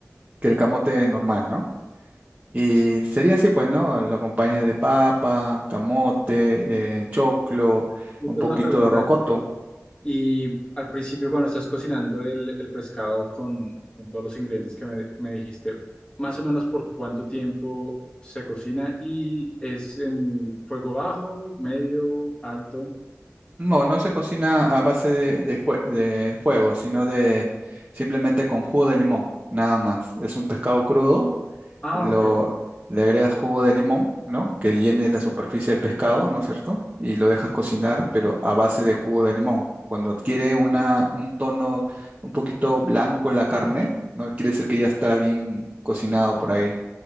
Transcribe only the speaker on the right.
que el camote normal, ¿no? Y
sería así, pues, ¿no? Lo acompañas de papa, camote, eh, choclo,
un
poquito
de rocoto.
No, no se cocina a base de, de jue- de fuego, sino de simplemente con jugo de limón, nada más. Es un pescado crudo,
lo,
le agregas jugo de limón, ¿no? Que llene la superficie del pescado, ¿no es cierto? Y lo dejas cocinar, pero a base de jugo de limón. Cuando adquiere una, un tono un poquito blanco en la carne, ¿no? Quiere decir que ya está bien cocinado por ahí.